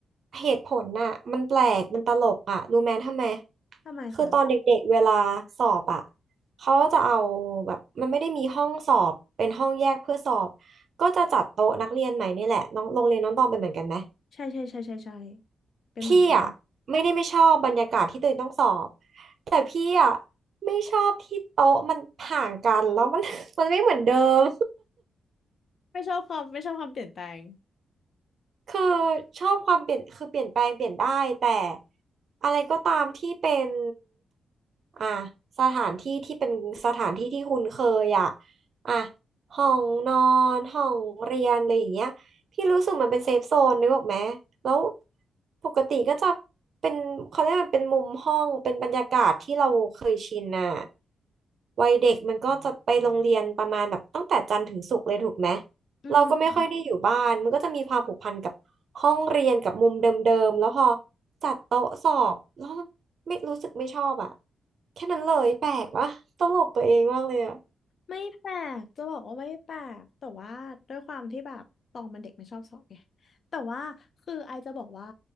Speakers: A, on the right (about 60°); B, on the left (about 60°).
A: เหตุผลน่ะมันแปลกมันตลกอ่ะรู้ไหมทำไม
B: ทำไมคะ
A: คือตอนเด็กๆเวลาสอบอ่ะเขาจะเอาแบบมันไม่ได้มีห้องสอบเป็นห้องแยกเพื่อสอบก็จะจัดโต๊ะนักเรียนใหม่นี่แหละน้องโรงเรียนน้องตองเป็นเหมือนกันไหม
B: ใช่ใช่ใช่ใช่ใช่เป็นเหมือนกัน
A: พี่อ่ะไม่ได้ไม่ชอบบรรยากาศที่ตัวเองต้องสอบแต่พี่อ่ะไม่ชอบที่โต๊ะมันห่างกันแล้วมัน <laughs> มันไม่เหมือนเดิม
B: ไม่ชอบความไม่ชอบความเปลี่ยนแปลง
A: คือชอบความเปลี่ยนคือเปลี่ยนแปลงเปลี่ยนได้แต่อะไรก็ตามที่เป็นอ่ะสถานที่ที่เป็นสถานที่ที่คุ้นเคยอ่ะอ่ะห้องนอนห้องเรียนอะไรอย่างเงี้ยพี่รู้สึกมันเป็นเซฟโซนนึกออกไหมแล้วปกติก็จะเป็นเขาเรียกมันเป็นมุมห้องเป็นบรรยากาศที่เราเคยชินน่ะวัยเด็กมันก็จะไปโรงเรียนประมาณแบบตั้งแต่จันทร์ถึงศุกร์เลยถูกไหม
B: อืม
A: เราก็ไม่ค่อยได้อยู่บ้านมันก็จะมีความผูกพันกับห้องเรียนกับมุมเดิมๆแล้วพอจัดโต๊ะสอบแล้วไม่รู้สึกไม่ชอบอ่ะแค่นั้นเลยแปลกวะตลกตัวเองมากเลยอ่ะ
B: ไม่แปลกจะบอกว่าไม่แปลกแต่ว่าด้วยความที่แบบตองมันเด็กไม่ชอบสอบไงแต่ว่าคือไอจะบอกว่า